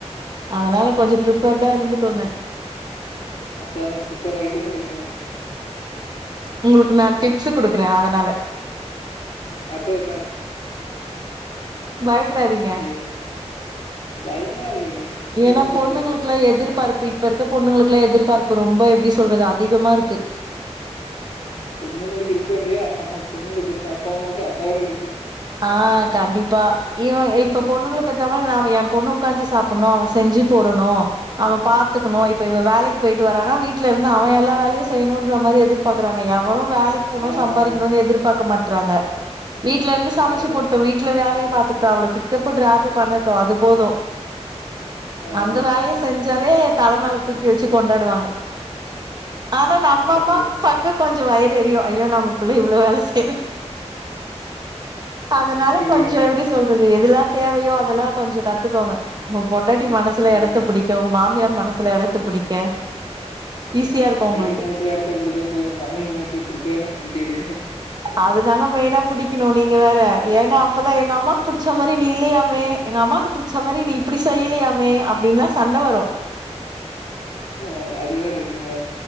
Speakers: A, on the right; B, on the left.
A: அதனால கொஞ்சம் ப்ரிப்பேர்டா இருந்துக்கோங்க
B: அத்தான் நா பிரிப்பேர் ஆயட்டே தான் இருக்கேங்க
A: உங்களுக்கு நான் டிப்ஸ் கொடுக்குறேன் அதனால
B: அத்த அ
A: பயப்படாதீங்க
B: சேரி பயம்லா இல்லைங்க இதுல
A: ஏன்னா
B: என்ன பய
A: பொண்ணுங்களுக்கெல்லாம்
B: இருக்கு
A: எதிர்பார்ப்பு இப்ப இருக்க பொண்ணுங்களுக்கு எல்லாம் எதிர்பார்ப்பு ரொம்ப எப்டி சொல்றது அதிகமா இருக்கு
B: பொண்ணுங்களுக்கு இருக்கோ இல்லையோ ஆஹ பொண்ணுங்களை பெத்த அப்பா அம்மாவுக்கு அதோ விட இருக்கு
A: ஆஹ் கண்டிப்பா இ இப்ப பொண்ணுங்களை பெத்த மாரி நா என் பொண்ணு உட்காந்து சாப்ப துன்னா அவன் செஞ்சு போடணும் அவ பாத்துக்கணு இப்ப இவ வேலைக்கு போயிட்டு வரானா வீட்ல இருந்து அவன் எல்லா வேலையு செய்ணுன்ற மாரி எதிர்ப் பாக்றாங்க யவளு வேலைக் போனு
B: ஆமா
A: சம்பாரிக்கணு
B: ஆமாங்க
A: எதிர்பாக்க மாட்றாங்க வீட்ல இருந்து சமைச்சு
B: கரெக்ட்டு
A: போட்டு
B: தாங்க
A: வீட் வீட்ல வேலய பாத்துக்குட்டு அவள பிக்கப்பு ட்ராப் பண்ணட்டும் அது போதும்
B: ஆமாங்க
A: அந்த வேலய செஞ்சாலே தலமேல தூக்கி வச்சு கொண்டாடுவாங்க ஆனா நம்ப
B: கரெக்ட்டு
A: அம்மா
B: தாங்க
A: பாக் கொஞ்சம் வயிற் எரியும் ஐயோ நம்ம புள்ள இவ்ளோ வேலை செய்யறா அதுனால
B: இருக்கு
A: கொஞ்ச
B: இருக்குங்க
A: எப்டி சொல்றது எதுல்லா தேவையோ அதெல்லா கொஞ்ச கத்துக்கோங்க உங்க பொண்டாட்டி மனசுல
B: ஆ
A: எடத்த புடிக்க உங்க மாமியார் மனசுல எடத்த புடிக்க ஈஸியா இருக்கு
B: பொண்டாட்டி
A: உங்களுக்கு
B: மனசுல எடத்த புடிச்சா போதும் மாமிய மனசுல புடிச்சா என்ன புடிக்காட்டி என்ன
A: அதுதாங்க மெய்னா புடிக்கணு நீ ங்க வேற ஏன்னா அப்பதான் எங்க அம்மாக்கு புடிச்ச மாரி நீ இல்லயாமே எங்க அம்மாக்கு புடிச்ச மாரி நீ இப்டி செய்லியாமே அப்டின்லா சண்ட வரும்
B: ஓ அது வேற இருக்குங்களா